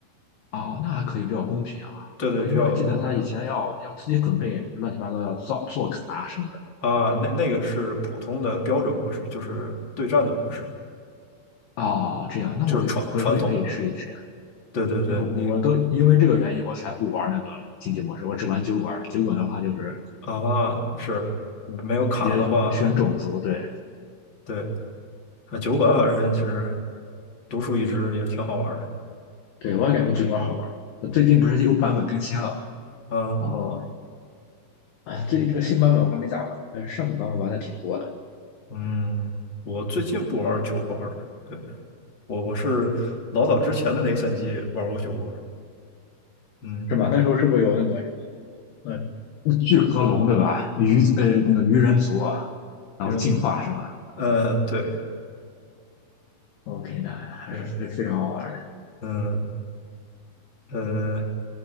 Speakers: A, on the left; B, on the left.
A: 哦，那还可以比较公平啊。
B: 对对，
A: 我因为我记得他以前要要自己准备乱七八糟要造做卡什么的。
B: 比较公平啊。那那个是普通的标准模式，就是对战的模式，
A: 哦，这样，那我回头也可以试一试，
B: 就是传传统。对对对，
A: 因为我都因为这个原因我才不玩那个竞技模式，
B: 你
A: 我只玩酒馆。酒馆的话就是
B: 啊是没有卡的话，
A: 直接选种族，对
B: 对啊，酒馆反正就是独树一帜，也挺好玩的。
A: 对，我也感觉酒馆好玩。
B: 嗯
A: 最近不是又版本更新了嘛，
B: 啊。
A: 然后哎，最近这个新版本我还没咋玩，但是上个版本玩的挺多的，
B: 嗯，我最近不玩酒馆二了。对，我我是老早之前的那个赛季玩过酒馆二。嗯，
A: 是吧？那时候是不是有那个什么，嗯，巨壳龙对吧？鱼呃那个鱼人族，然后进化是吧？
B: 因为呃，对
A: OK，那还是非非常好玩的。
B: 对，嗯呃，